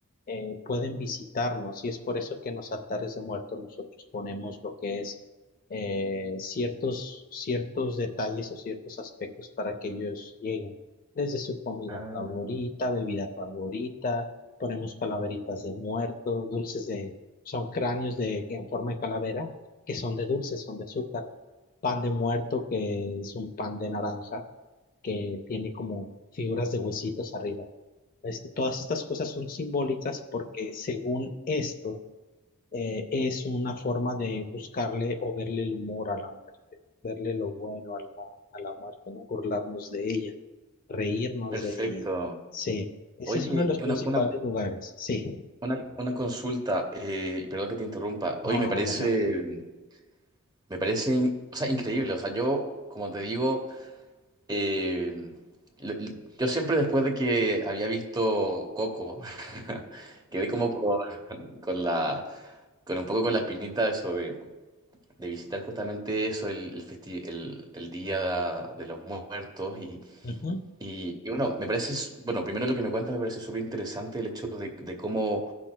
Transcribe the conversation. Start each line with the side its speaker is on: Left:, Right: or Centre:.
Left: eh, pueden visitarnos y es por eso que en los altares de muertos nosotros ponemos lo que es eh, ciertos, ciertos detalles o ciertos aspectos para que ellos lleguen, desde su comida
Right: Ah,
Left: favorita, bebida favorita, ponemos calaveritas de muertos, dulces de, son cráneos de, en forma de calavera, que son de dulces, son de azúcar, pan de muerto, que es un pan de naranja, que tiene como figuras de huesitos arriba este, todas estas cosas son simbólicas porque según esto eh, es una forma de buscarle o verle el humor a la muerte, verle lo bueno a la, a la muerte, ¿no? Burlarnos de ella, reírnos
Right: perfecto.
Left: de ella. Sí, ese
Right: Oye,
Left: es uno de los principales
Right: una, una,
Left: lugares. Sí,
Right: Una, una consulta, eh, y perdón que te interrumpa.
Left: no,
Right: Oye, me
Left: no,
Right: parece,
Left: ¿verdad?
Right: me parece, in- o sea, increíble. O sea, yo, como te digo, eh, lo- lo- yo siempre después de que había visto Coco, <laughs> quedé como con, con la, con un poco con la espinita de eso de, de visitar justamente eso, el, el, festi- el, el Día de los Muertos. Y,
Left: Ujú,
Right: y, y bueno, me parece, s- bueno, primero lo que me cuentas me parece súper interesante el hecho de, de cómo,